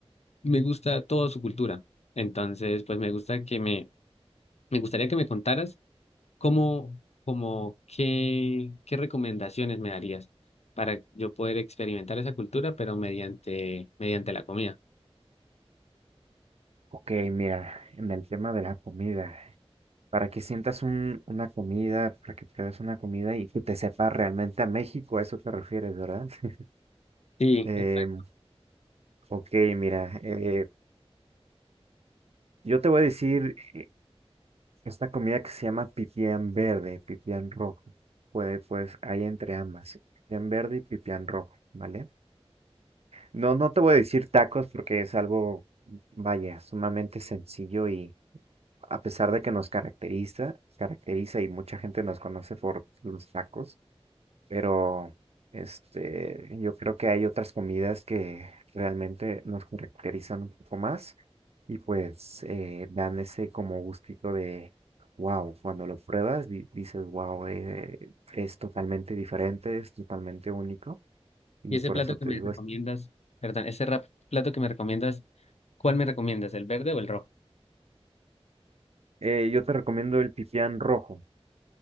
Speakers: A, on the left; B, on the right.
A: me gusta toda su cultura. Entonces, pues me gusta que me, me gustaría que me contaras cómo, como qué, qué recomendaciones me darías para yo poder experimentar esa cultura, pero mediante, mediante la comida.
B: Ok, mira, en el tema de la comida, para que sientas un, una comida, para que pruebes una comida y que te sepa realmente a México, a eso te refieres, ¿verdad? <laughs>
A: Sí,
B: Em,
A: exacto.
B: ok, mira, eh, yo te voy a decir eh, esta comida que se llama pipián verde, pipián rojo. Puede, pues, hay entre ambas, pipián verde y pipián rojo, ¿vale? No, no te voy a decir tacos porque es algo, vaya, sumamente sencillo y a pesar de que nos caracteriza, caracteriza y mucha gente nos conoce por los tacos, pero este, yo creo que hay otras comidas que realmente nos caracterizan un poco más y pues eh, dan ese como gustito de wow, cuando lo pruebas di- dices wow, eh, es totalmente diferente, es totalmente único y
A: Y ese
B: por
A: plato
B: eso te
A: que me
B: digo
A: recomiendas,
B: esto.
A: perdón, ese rap- plato que me recomiendas, ¿cuál me recomiendas, el verde o el rojo?
B: Eh, yo te recomiendo el pipián rojo.